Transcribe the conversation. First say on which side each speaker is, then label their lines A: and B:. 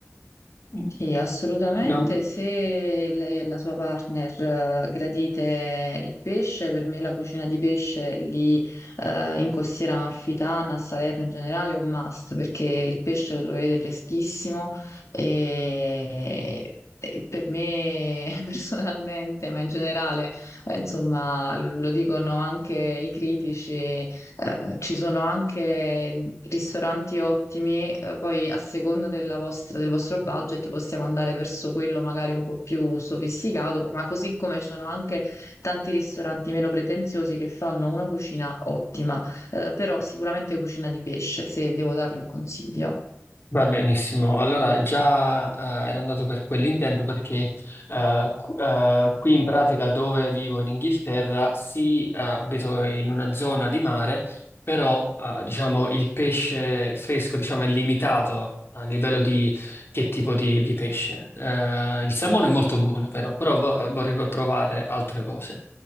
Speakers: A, on the left; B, on the left.
A: n-
B: Sì, assolutamente.
A: non-
B: Se lei e la sua partner eh, gradite il pesce, per me la cucina di pesce lì eh, in Costiera Amalfitana, a Salerno in generale, è un must perché il pesce lo trovate freschissimo e, e per me <laughs> personalmente, ma in generale, eh, insomma, lo dicono anche i critici, eh, ci sono anche ristoranti ottimi, eh, poi a seconda della vostra- del vostro budget possiamo andare verso quello magari un po' più sofisticato, ma così come ci sono anche tanti ristoranti meno pretenziosi che fanno una cucina ottima, eh, però sicuramente cucina di pesce, se devo dargli un consiglio.
A: va benissimo. Allora già eh, ero andato per quell'intento perché eh, qu- eh, qui in pratica dove vivo in Inghilterra, sì, eh, abito in una zona di mare, però eh, diciamo il pesce fresco diciamo, è limitato a livello di che tipo di, di pesce. Eh, il salmone è molto buono però, però vo- vorrei provare altre cose.